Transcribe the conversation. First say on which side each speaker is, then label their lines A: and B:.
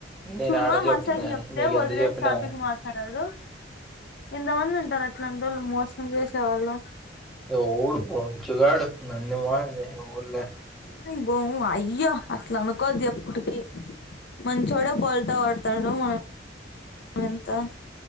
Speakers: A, in the centre; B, on the left.
A: నేను
B: చూడవా
A: ఆడ చెప్తాను
B: మనసైడ్ నుంచి
A: కానీ
B: చెప్తే
A: నీకు
B: వదిలేసి
A: ఎంత చెప్పినా
B: టాపిక్ మా న్నాడు, ఎంతమంది ఉంటారు అట్లాంటోళ్లు మోసం చేసేవాళ్లు.
A: ఎవడు బొచ్చు గాడు నన్ను <unintelligible>
B: మేము బోము అయ్యో అట్లా అనుకోద్దు ఎప్పటికి. మంచోడే బోల్తా పడతాడు మనం ఎంత.